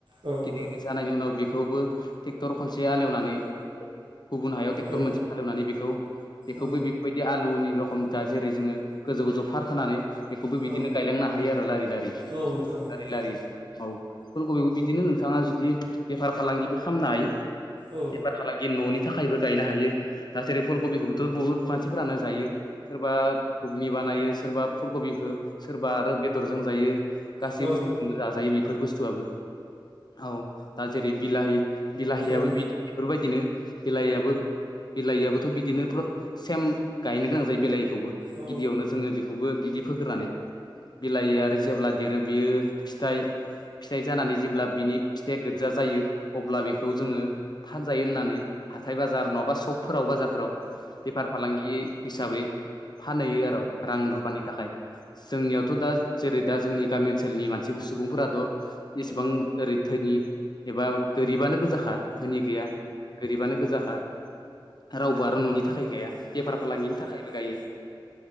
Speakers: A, on the right (about 70°); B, on the left (about 55°).
A: औ नोंथां
B: गिदिर गिदिर जानायनि उनाव बेखौबो ट्रेक्टर खनसे आलेवनानै गुबुन हायाव ट्रेक्टर
A: औ
B: मोनसे हालेवनानै बेखौ बेखौ
A: औ
B: बै बेफोरबायदि बि आलुनि रखम दा जेरै जोङो गोजौ गोजौ फारखोनानै बेखौबो बिदिनो
A: औ
B: गायलांनो हायो आरो लारि लारि
A: औ नोंथां औ
B: लारि लारि औ फुल कबिबो बिदिनो नोंथाङा जुदि बेफार फालांगिबो खालामनो हायो
A: औ नोंथां औ
B: बेफार फालांगि न'नि थाखायबो गायनो हायो दा जेरै फुल कबिखौबो बुहुत मानसिफोरानो जायो सोरबा घुगनि बानायो सोरबा फुल कबिखौ सोरबा आरो बेदरजों जायो गासै
A: औ नोंथां औ
B: बुस्थुजोंबो जाजायो बेफोर बुस्थुआबो औ दा जेरै बिलाहि बिलाहियाबबो
A: औ नोंथां औ
B: बिदा बेफोरबायदिनो बिलाहियाबो बिलाइआबोथ' बिदिनो सेम गायनो गोनां जायो बिलाइिखौबो
A: औ
B: गिबियावनो जोङो बेखौबो बिदि फोग्रोनानै बिलाइया आरो जेब्ला देरो बियो फिथाइ फिथाइ जानानै जेब्ला बिनि फिथ गाजा जायो अब्ला बेखौ जोङो थानजायो होननानै हाथाय बाजार नङाबा सकफोराव बाजारफोराव बेफार फालांगि हिसाबै फानहैयो आरो रां रुफानि थाखाय जोंनियावथ' दा जेरै दा जोंनि गामि ओनसोलनि मानसि सुबुंफोराथ' इसेबां ओरैथोनि एबा गोरिबानो गोजाखा धोनि गैया गोरिबानो गोजाखा रावबो आरो न'नि थाखाय गाया बेफार फालांगिनि थाखायबो गायो